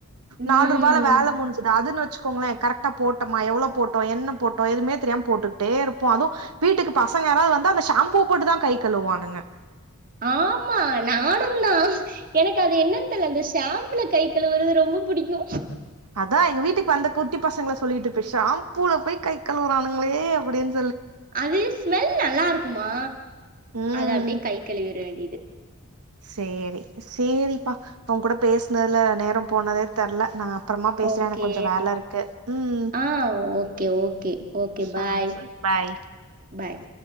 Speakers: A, on the right; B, on the right.
A: ம்.
B: நாலு ரூபால வேல முடிஞ்சது அதுன்னு வச்சு கோங்களே கரெக்டா போட்டோமா எவ்வளோ போட்டோ என்ன போட்டோ எதுவுமே தெரியாம போட்டுக்கிட்டே இருப்போ அதுவு வீட்டுக்கு பச் பசங்க யாராவது வந்தா அந்த ஷாம்பூ போட்டு தா கை கழுவுவானுங்க
A: ஆமா நானு தா எனக்கு அது என்னன்னு தெரில அந்த ஷாம்புள கை கழுவுறது ரொம்ப பிடிக்கு
B: அதா எங்க வீட்டுக்கு வந்த குட்டி பசங்கள சொல்லிட்டு இருப்பே ஷாம்பூல போய் கை கழுவுரானுங்களே அப்படின்
A: அது ஸ்மெல் நல்லா இருக் குமா
B: ம்
A: அது அப்டியே கை கழுவிர வேண்டியது
B: சேரி சேரிப்பா ஓ கூட பேசுனதுல நேர போனதே தெர்ல நா அப்புறமா பேசுறே
A: ஓகே
B: எனக்கு கொஞ்சோ வேல இருக்கு ம்
A: ஆ ஓகே ஓகே ஓகே பாய்
B: ஆ சேரி பாய்
A: பாய்